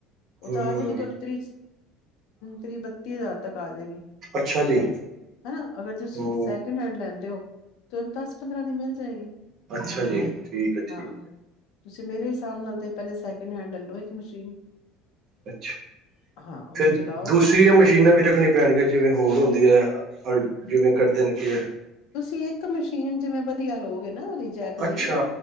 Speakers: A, on the left; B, on the right.
A: ਉਹ
B: ਹਮ
A: ਤਾਂ ਆ ਜਾਏਗੀ, ਤੁਹਾਡੀ ਤਰੀ ਥ੍ਰਤੀਹ ਬੱਤੀ ਹਜ਼ਾਰ ਤੱਕ ਆ ਜਾਏਗੀ।
B: ਅੱਛਾ ਜੀ
A: ਹਨਾ, ਅਗਰ ਤੁਸੀਂ
B: ਹਮ
A: ਸੈਕਿੰਡ ਹੈਂਡ ਲੈਂਦੇ ਹੋ। ਤੁਹਾਨੂੰ ਦਸ ਪੰਦਰਾਂ ਦੀ ਮਿਲ ਜਾਏਗੀ।
B: ਅੱਛਾ ਜੀ। ਠੀਕ ਹੈ
A: ਹਾਂ
B: ਠੀਕ
A: ਤੁਸੀਂ, ਮੇਰੇ ਹਿਸਾਬ ਨਾਲ ਤੇ ਪਹਿਲੇ ਸੈਕਿੰਡ ਹੈਂਡ ਲੈ ਲਉ ਇੱਕ ਮਸ਼ੀਨ
B: ਅੱਛਾ,
A: ਹਾਂ ਉਹਨੂੰ
B: ਫੇਰ
A: ਚਲਾਓ
B: ਦੂਸਰੀਆਂ ਮਸ਼ੀਨਾਂ
A: ਥੋੜਾ
B: ਵੀ ਰੱਖਣੀਆਂ। ਪੈਣਗੀਆਂ, ਜਿਵੇਂ ਹੋਰ ਹੁੰਦੀ ਹੈ, ' ਅ ਜਿਵੇਂ ਕਰਦੇ ਨੇ ਖੇਡ
A: ਤੁਸੀਂ ਇੱਕ ਮਸ਼ੀਨ ਜਿਵੇਂ, ਵਧੀਆ ਲਓਗੇ ਨਾ, ਰਿਜੈਕ
B: ਅੱਛਾ
A: ਦੀ